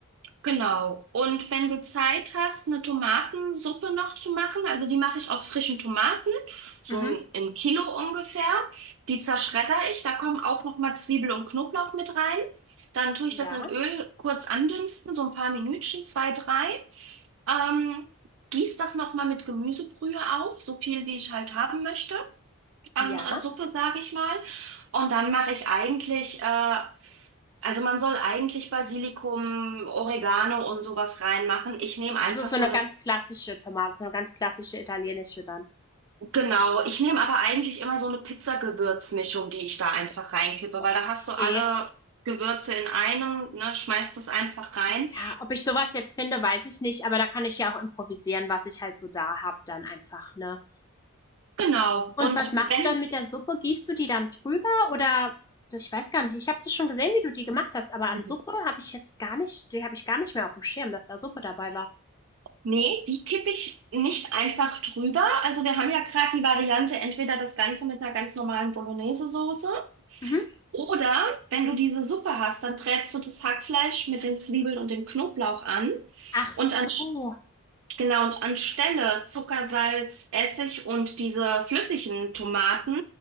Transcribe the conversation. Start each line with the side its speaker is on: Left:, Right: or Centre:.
Right: Genau. Und wenn du Zeit hast, eine Tomatensuppe noch zu machen, also die mache ich aus frischen Tomaten, so
Left: Mhm.
Right: ein, ein Kilo ungefähr. Die zerschredder ich, da kommen auch noch mal Zwiebel und Knoblauch mit rein. Dann tue
Left: Ja.
Right: ich das in Öl kurz andünsten, so ein paar Minütchen, zwei, drei. Ähm, gieß das noch mal mit Gemüsebrühe auf, so viel wie ich halt haben möchte an
Left: Ja.
Right: äh, Suppe, sage ich mal. Und dann mache ich eigentlich äh, also man soll eigentlich Basilikum, Oregano und sowas reinmachen. Ich nehme einfach
Left: Also, so
Right: so
Left: eine
Right: eine,
Left: ganz klassische Tomate so eine ganz klassische italienische dann.
Right: genau, ich nehme aber eigentlich immer so eine Pizzagewürzmischung, die ich da einfach reinkippe,
Left: Okay.
Right: weil da hast du alle Gewürze in einem, ne, schmeißt das einfach rein.
Left: Ja, ob ich sowas jetzt finde, weiß ich nicht, aber da kann ich ja auch improvisieren, was ich halt so da hab dann einfach, ne?
Right: Genau.
Left: Und
Right: Und
Left: was machst
Right: wenn,
Left: du dann mit der Suppe? Gießt du die dann drüber oder ich weiß gar nicht. Ich habe das schon gesehen, wie du die gemacht hast, aber an
Right: <laughs>
Left: Suppe habe ich jetzt gar nicht die habe ich gar nicht mehr auf dem Schirm, dass da Suppe dabei war.
Right: nee, die kippe ich nicht einfach drüber. Also wir haben ja gerade die Variante, entweder das Ganze mit einer ganz normalen Bolognese-Soße.
Left: Mhm.
Right: Oder wenn du diese Suppe hast, dann brätst du das Hackfleisch mit den Zwiebeln und dem Knoblauch an
Left: Ach so.
Right: und an, genau, und anstelle Zucker, Salz, Essig und diese flüssigen Tomaten